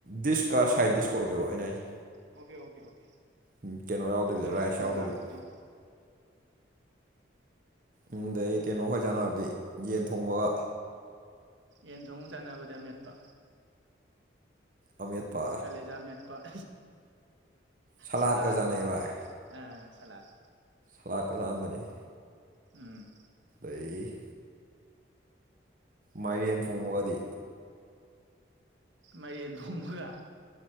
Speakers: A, on the right; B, on the right.
A: ꯗꯤꯁꯀ ꯁꯥꯏꯠ
B: ꯑꯣ
A: ꯗꯤꯁꯀ
B: ꯑꯣ
A: ꯑꯣꯏꯗꯣꯏꯕ ꯑꯩꯅ ꯍꯥꯏꯗꯤ
B: ꯑꯣꯀꯦ ꯑꯣꯀꯦ ꯑꯣꯀꯦ
A: ꯎꯝ ꯀꯩꯅꯣ ꯌꯥꯎꯗꯕꯤꯗ
B: ꯆꯨꯝꯃꯤ
A: ꯔꯥꯏꯁ
B: ꯆꯨꯝꯃꯤ
A: ꯌꯥꯎꯗꯕꯤꯗ
B: ꯕꯣꯔꯥ ꯑꯣꯏꯗꯣꯏꯅꯤ
A: ꯎꯝ ꯗꯩ ꯀꯩꯅꯣ ꯈꯋ꯭ꯥꯏ ꯆꯥꯟꯅꯕꯗꯤ ꯌꯦꯟ ꯊꯣꯡꯕꯒ
B: ꯌꯦꯟ ꯊꯣꯡ ꯆꯥꯟꯅꯕꯗꯤ ꯑꯃꯦꯠꯄ꯫
A: ꯑꯃꯦꯠꯄ
B: ꯀꯂꯦꯖꯥ ꯃꯦꯠꯄ <unintelligible>
A: ꯁꯂꯥꯗꯀ
B: ꯁꯂꯥꯠ
A: ꯆꯥꯅꯩ ꯚꯥꯏ
B: ꯑ ꯁꯂꯥꯗ
A: <unintelligible> ꯂꯥꯟꯗꯅꯤ
B: ꯎꯝ
A: ꯑꯩ <unintelligible> ꯃꯥꯏꯔꯦꯟ ꯊꯣꯡꯕꯒꯗꯤ
B: ꯃꯥꯏꯔꯦꯟ ꯊꯣꯡꯕꯒ